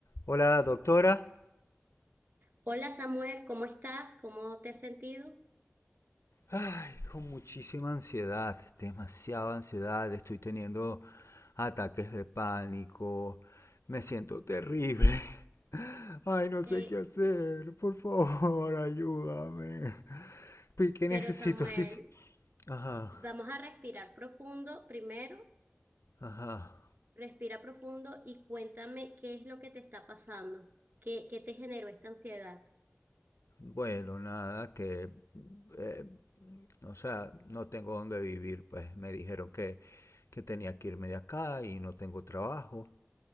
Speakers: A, on the left; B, on the right.
A: Hola, doctora.
B: Hola Samuel, ¿cómo estás? ¿Cómo te has sentido?
A: Ay, con muchísima ansiedad, demasiada ansiedad. Estoy teniendo ataques de pánico. Me siento terrible. Ay, no
B: Eh,
A: sé qué hacer. Por favor, ayúdame. ¿Qué
B: pero
A: necesito?
B: Samuel,
A: Estoy... Ajá,
B: vamos a respirar profundo primero,
A: ajá.
B: respira profundo y cuéntame qué es lo que te está pasando, qué, qué te generó esta ansiedad.
A: Bueno, nada, que... eh, o sea, no tengo dónde vivir. Pues me dijeron que, que tenía que irme de acá y no tengo trabajo.